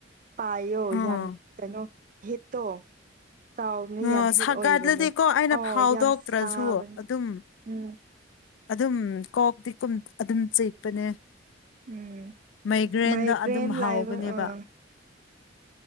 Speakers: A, on the right; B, on the left.
A: ꯄꯥꯏꯌꯣ
B: ꯎꯝ
A: ꯌꯥꯝ ꯀꯩꯅꯣ ꯍꯤꯠꯇꯣ ꯇꯥꯎꯕꯅꯦ
B: ꯑꯣ
A: ꯌꯥꯝ ꯍꯤꯠ
B: ꯁꯥꯒꯠꯂꯗꯤꯀꯣ
A: ꯑꯣꯏꯕꯅꯦ
B: ꯑꯩꯅ
A: ꯑꯣ
B: ꯐꯥꯎꯗꯣꯛꯇ꯭ꯔꯁꯨ
A: ꯌꯥꯝ ꯁꯥꯕꯅꯦ
B: ꯑꯗꯨꯝ
A: ꯎꯝ
B: ꯑꯗꯨꯝ ꯀꯣꯛꯇꯤ ꯀꯨꯝ ꯑꯗꯨꯝ ꯆꯤꯛꯄꯅꯦ
A: ꯎꯝ
B: ꯃꯩꯒ꯭ꯔꯦꯟꯗ
A: ꯃꯥꯏꯒ꯭ꯔꯦꯟ
B: ꯑꯗꯨꯝ ꯍꯥꯎꯕꯅꯦꯕ
A: ꯂꯥꯏꯕ ꯑꯥ